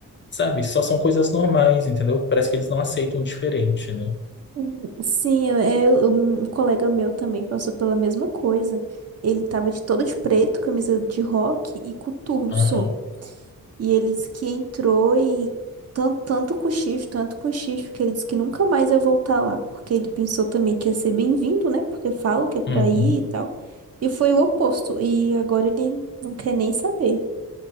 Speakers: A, on the left; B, on the right.
A: Sabe? Só são coisas normais, entendeu? Parece que eles não aceitam o diferente, né?
B: Uhum. Sim, eu, é, eu- um colega meu também passou pela mesma coisa. Ele tava de todo de preto, camisa de rock e coturno
A: Aham.
B: só. E ele disse que entrou e tanto, tanto cochicho, tanto cochicho, que ele disse que nunca mais ia voltar lá, porque ele pensou também que ia ser bem-vindo, né? Porque falam que é pra
A: Uhum.
B: ir e tal. E foi o oposto. E agora ele não quer nem saber.